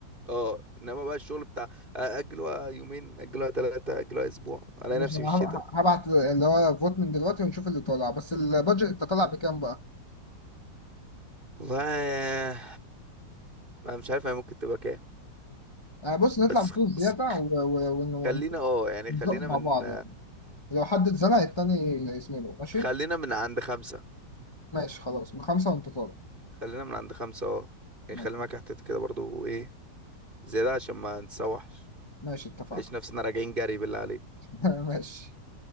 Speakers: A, on the right (about 30°); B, on the left (about 15°).
A: اه انما بقى الشغل بتاع اجلوها يومين اجلوها ثلاثة اجلوها اسبوع الاقي
B: ماشي
A: نفسي
B: انا
A: في الشتاء
B: هب- هبعت اللي هو فوت من دلوقتي ونشوف اللي طالع بس البادجت انت طالع بكام بقى
A: والله آه، انا مش عارف هي ممكن تبقى كام
B: يعني بص نطلع
A: بس
B: بفلوس زياده
A: بس
B: و- و- ون- ون-
A: خلينا اه يعني
B: ونزق
A: خلينا
B: مع
A: من
B: بعض يعني لو حد اتزنق التاني يسمله ماشي
A: خلينا من عند خمسة
B: ماشي خلاص من خمسه وانت طالع
A: خلينا من عند خمسة اه يعني
B: ماشي
A: خلي معاك احتياطي كده برضو ايه زيادة عشان ما نتسوحش
B: ماشي، اتفقنا
A: ليش نفسنا راجعين جري بالله عليك
B: <laughs> ماشي